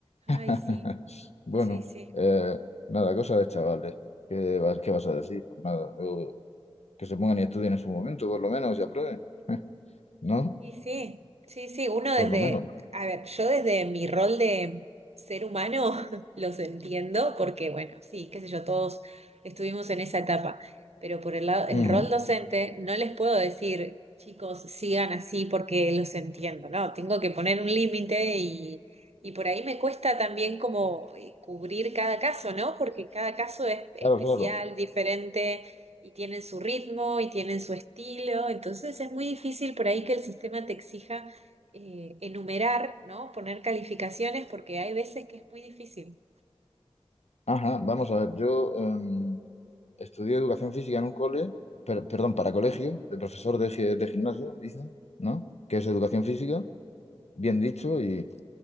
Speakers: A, on the right; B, on the left.
A: Ay,
B: <laughs>
A: sí,
B: Bueno,
A: sí, sí.
B: eh, nada, cosa de chavales. ¿Qué, va- qué vas a decir? Pues nada, yo- que se pongan y estudien en su momento, por lo menos, y aprueben, <laughs> ¿no?
A: Sí, sí, sí, sí, uno desde,
B: Por lo menos.
A: a ver, yo desde mi rol de ser humano <laughs> los entiendo porque, bueno, sí, qué sé yo, todos estuvimos en esa etapa, pero por el lado, el
B: Ujú.
A: rol docente no les puedo decir, chicos, sigan así porque los entiendo, ¿no? Tengo que poner un límite y, y por ahí me cuesta también como eh, cubrir cada caso, ¿no? Porque cada caso es especial,
B: Claro, claro.
A: diferente y tienen su ritmo y tienen su estilo, entonces es muy difícil por ahí que el sistema te exija eh, enumerar, ¿no? Poner calificaciones porque hay veces que es muy difícil.
B: Ajá, vamos a ver, yo em, estudié educación física en un cole, per- perdón, para colegio, de profesor de, gi- de gimnasio, dicen, ¿no? Que es educación física, bien dicho, y